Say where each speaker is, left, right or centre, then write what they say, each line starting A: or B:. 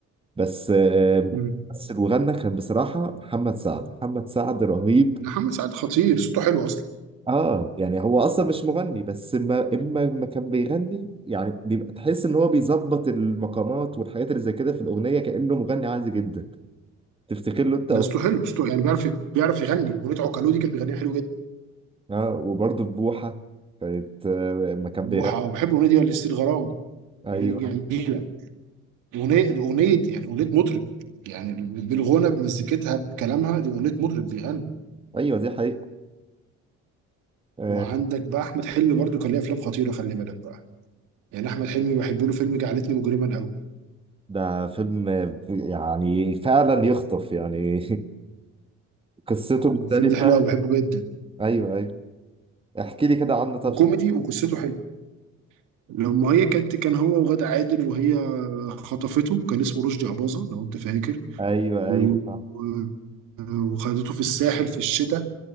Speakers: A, on the right (about 20°); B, on the right (about 85°).
A: بس آه،
B: مم.
A: بس وغنى كان بصراحة محمد سعد محمد سعد رهيب
B: محمد سعد خطير صوته حلو اصلا
A: اه يعني هو اصلا مش مغني بس اما اما ما كان بيغني يعني بيبقى تحس ان هو بيظبط المقامات والحاجات اللي زي كده في الاغنية كأنه مغني عادي جدا تفتكر له انت أغ-
B: لا صوته حلو صوته يعني بيعرف بيعرف يغني اغنيه عوكلو دي كانت بيغنيها حلو جدا
A: اه وبرضه في بوحة كانت آه، اما كان
B: بوحة
A: بيغني
B: بحب الأغنية دي لستيل غرام الأغنية
A: ايوه
B: دي جميلة أغنية أغنية يعني أغنية مطرب يعني بالغنى بمزيكتها بكلامها دي أغنية مطرب بيغني
A: ايوه دي حقيقة آه،
B: وعندك بقى أحمد حلمي برضو كان ليه أفلام خطيرة خلي بالك بقى يعني أحمد حلمي بحب له فيلم جعلتني مجرما أوي
A: ده فيلم آه، يعني فعلا يخطف يعني <laughs> قصته
B: أو
A: مختلفة
B: الفيلم ده حلو أوي بحبه جدا
A: ايوه ايوه احكي لي كده عنه طب
B: وكوميدي وقصته حلوة لما هي كانت كان هو وغادة عادل وهي خطفته كان اسمه رشدي أباظة لو أنت فاكر
A: ايوه
B: و-
A: ايوه فاهم
B: و- وخدته في الساحل في الشتاء